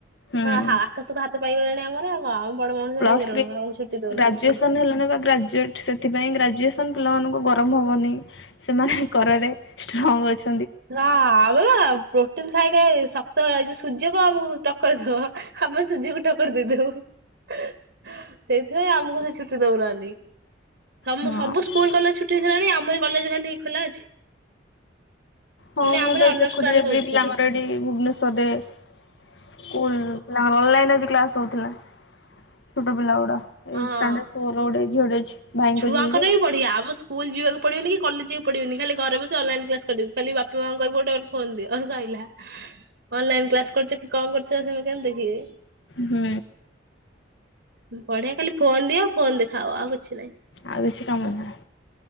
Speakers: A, on the left (about 65°); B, on the right (about 70°).
A: ହୁଁ।
B: ହା ଆକାଶକୁ ହାତ ପାଇଗଲାଣି ଆମର ଆଉ। ଆଉ ବଡ ମଣିଷ
A: ପ୍ଲସ୍
B: ହେଇଗଲୁଣୁ
A: ଥ୍ରୀ
B: ଆଉ ଛୁଟି ଦଉନାହାନ୍ତି।
A: ଗ୍ରାଜୁଏସନ୍ ହେଲାଣି ବା ଗ୍ରାଜୁଏଟ୍। ସେଥିପାଇଁ ଗ୍ରାଜୁଏସନ ପିଲାମାନଙ୍କୁ ଗରମ ହବନି ସେମାନେ ଖରାରେ ଷ୍ଟ୍ରଙ୍ଗ୍ ଅଛ
B: ହ ଆମେ ବା ପ୍ରୋଟିନ ଖାଇ ଖାଇ ଶକ୍ତ ହେଇଯାଇଛୁ ସୂର୍ଯ୍ୟ କଣ ଆମକୁ ଟକ୍କର ଦବ? ଆମେ ସୂର୍ଯ୍ୟକୁ ଟକର ଦେଇଦବୁ ସେ ସେଥିପାଇଁ ଆମକୁ ସେ ଛୁଟି ଦଉନାହାନ୍ତି ସମୁ
A: ହଁ।
B: ସବୁ ସ୍କୁଲ କଲେଜ ଛୁଟି କେଜାଣି ଆମରି କଲେଜ ଖାଲି ଖୋଲା ଅଛି।
A: ହଁ
B: ପୁଣି
A: ମୁଁ
B: ଆମର
A: ତ
B: ଅନର୍ସ
A: ଦେଖୁଥିଲି
B: କ୍ଲାସ
A: ଏଭ୍ରି
B: ହଉଛି
A: ପିଲାଙ୍କର
B: ଖାଲି।
A: ଏଠି ଭୁବନେଶ୍ୱରରେ ସ୍କୁଲ ନା ଅନଲାଇନ ଆଜି କ୍ଲାସ ହଉଥିଲା ଛୋଟ ପିଲା ଗୁଡା ଏଇ
B: ହଁ।
A: Standard four. ରୋଡ଼ରେ ଝିଅଟେ ଅଛି। ଭାଇଙ୍କ
B: ଛୁଆଙ୍କର
A: ଝିଅ ଯେ
B: ବି ବଢିଆ ଆମ ସ୍କୁ ସ୍କୁଲ ଯିବାକୁ ପଡ଼ିବନି କି କଲେଜ ଯିବାକୁ ପଡ଼ିବନି ଖାଲି ଘରେ ବସି ଅନାଲାଇନ କ୍ଲାସ କରିବୁ ଖାଲି ବାପା ମାଆଙ୍କୁ କହିବୁ ଗୋଟେ ଫୋନ ଦିଅ ସଇଲା ଅନଲାଇନ କ୍ଲାସ କରୁଛ କି କଣ କରୁଛ ସେମାନେ କେମତି ଦେଖିବେ?
A: ହୁଁ।
B: ବଢିଆ ଖାଲି ଫୋନ ଦିଅ ଫୋନ ଦେଖାଅ ଆଉ କିଛି ନାହିଁ।
A: ଆଉ କିଛି କାମ ଧନ୍ଦା ନା